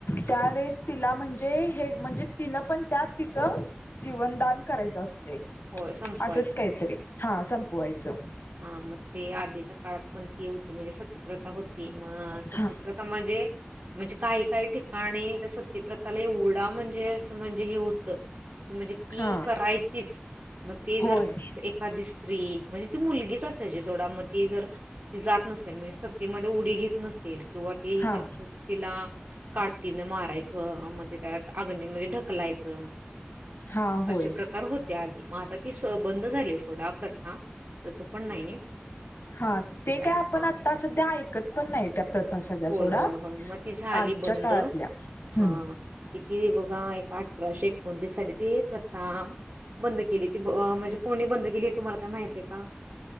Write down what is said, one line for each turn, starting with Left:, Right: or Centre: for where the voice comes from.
Left: त्यावेेळेस तिला म्हणजे हे म्हणजे तिनं पण त्यात तिचं जीवनदान करायचं अस - तय
Right: होय, संपवायचं.
Left: असंच काहीतरी हा संपवायचं
Right: हा मग ते आधीच्या काळात पणती होते. <unintelligible> प्रथा होती मग
Left: हा
Right: सत्यप्रथा म्हणजे म्हणजे काही काही ठिकाणी सत्यप्रथाला एवढा म्हणजे म्हणजे ती
Left: हा
Right: करायचीच म ते
Left: होय
Right: जर एखादी स्री म्हणजे सोडा म ती जर ती जात नसेल म्हणजे सत्तेमध्ये उडी घेत नसेल सुव ती ह
Left: हा
Right: करते तिला काटीन. मारायचं मगज त्यात अगणी म्हणजे ढकलायचं
Left: हा होय
Right: अशे प्रकार होते आधी मग आता ती स बंद झाली सोडा प्रथा <inaudible> पण नाहीये,
Left: हा ते
Right: काय
Left: आपण
Right: हा,
Left: आता सध्या ऐकत पण नाही त्या प्रथा सगळ्या
Right: होय
Left: सोडा
Right: होय होय म ती झाली
Left: आजच्या
Right: बंद,
Left: काळातल्या हम्म
Right: हा कितीला बघा ती एक अठराशे एकोणतीस प्रथा बंद केली म्हणजे कोणी बंद केली तुम्हाला काय माहितीये का आ